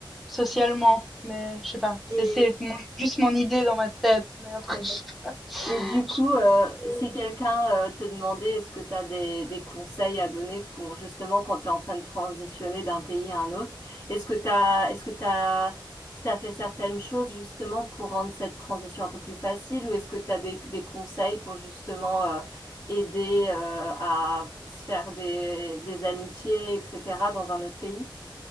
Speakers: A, in the centre; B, on the left.
A: socialement, mais je sais pas. C'est,
B: Et
A: c'est mon- juste mon idée dans ma tête, mais après,
B: <laughs>
A: <laughs> je,
B: Et du coup,
A: je sais
B: euh,
A: pas si c'est-
B: si quelqu'un euh, te demandait est-ce que tu as des, des conseils à donner pour justement quand tu es en train de transitionner d'un pays à un autre, est-ce que tu as, est-ce que tu as, si tu as fait certaines choses justement pour rendre cette transition un peu plus facile ou est-ce que tu as des, des conseils pour justement euh, aider euh, à se faire des, des amitiés, etc., dans un autre pays?